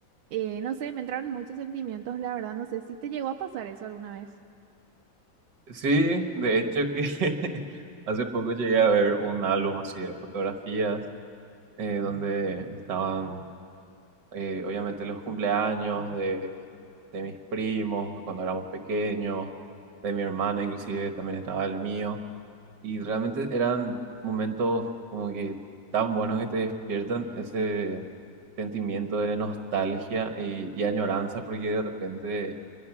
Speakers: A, on the right; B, on the right.
A: Eh, no sé, me entraron muchos sentimientos, la verdad, no sé si te llegó a pasar eso alguna vez.
B: Sí, de hecho que <laughs> hace poco llegué a ver un álbum así de fotografías eh, donde estaban eh, obviamente los cumpleaños de, de mis primos cuando éramos pequeños, de mi hermana inclusive también estaba el mío y realmente eran momentos como que tan buenos que te despiertan ese sentimiento de nostalgia y, y añoranza porque de repente